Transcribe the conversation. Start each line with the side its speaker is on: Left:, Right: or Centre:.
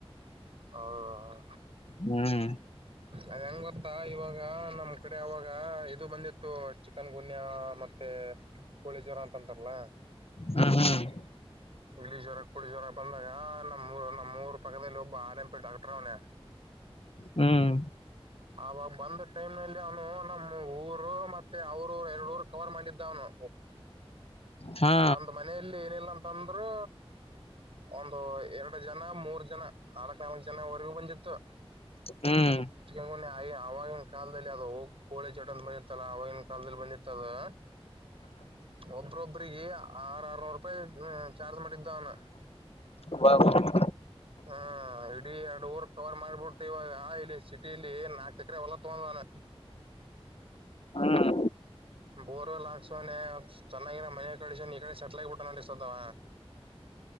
Right: ಹೌದಾ
Left: ಹ್ಮ್
Right: ಅದ್ ಹೆಂಗ್ ಗೊತ್ತಾ ಇವಾಗ ನಮ್ ಕಡೆ ಅವಾಗ ಇದು ಬಂದಿತ್ತು ಚಿಕನ್ ಗುನ್ಯ ಮತ್ತ ಮತ್ತೇ ಕೋಳಿ ಜ್ವರ ಅಂತಂತಾರಲಾ.
Left: ಹ್ಮ್ ಹ್ಮ್
Right: ಇಲಿ ಜ್ವರ ಪೂಳಿ ಜ್ವರ ಬಂದಾಗ ನಮ್ಮೂರ್ ನಮ್ಮೂರ್ ಪಕದಲ್ ಒಬ್ಬ ಆರ್ ಎಮ್ ಪಿ ಡಾಕ್ಟ್ರ್ ಅವ್ನೆ.
Left: ಹ್ಮ್.
Right: ಅವಾಗ್ ಬಂದ ಟೈಮ್ನಲ್ಲಿ ಅವ್ನು ನಮ್ಮೂರು ಮತ್ತೆ ಅವ್ರ್ ಊರ್ ಎರ್ಡ್ ಊರ್ ಕವರ್ ಮಾಡಿದ್ದಾವ್ನು.
Left: ಹಾ
Right: ಒಂದ್ ಮನೆ ಇಲ್ಲಿ ಏನಿಲ್ಲಂತಂದ್ರರೂ ಒಂದು ಎರಡ್ ಜನ ಮೂರ್ ಜನ. ನಾಲಕ್ ನಾಲಕ್ ಜನವರ್ಗು ಬಂದಿತ್ತು
Left: ಹ್ಮ್
Right: ಎಚ್ಚುಕಮಿ ನಾಯಿ ಆವಾಗಿನ್ ಕಾಲ್ದಲ್ಲಿ ಅದೂ ಕೋಳೆ <unintelligible> ಆವಾಗಿನ್ ಕಾಲ್ದಲ್ ಬಂದಿತ್ ತದಾ ಒಬ್ರೊಬ್ಬರಿ ಎ ಆರ್ ಆರ್ನೂ ರೂಪಾಯಿ ಚಾರ್ಜ್ ಮಾಡಿದ್ದ ಅವ್ನ.
Left: ಹ್ಮ್
Right: ಹಾಂ ಇಡೀ ಎರ್ಡ್ ಊರ್ ಕವರ್ ಮಾಡ್ಬಿಟ್ ಇವಾ ಯಾಲಿ ಸಿಟಿಲ್ಲಿ ನಾಕ್ ಎಕ್ರೆ ಹೊಲ ತಗೊಂದನ.
Left: ಹ್ಮ್
Right: ಬೋರ್ವೆಲ್ ಹಾಕ್ಸೋನೆ ಚೆನ್ನಾಗಿರ ಮನೆ ಕಡ್ಸನೆ ಈ ಕಡೆ ಸೆಟ್ಲ್ ಆಗಿಬಿಟ್ಟಾನ ಅಡಿಸತ್ತವ.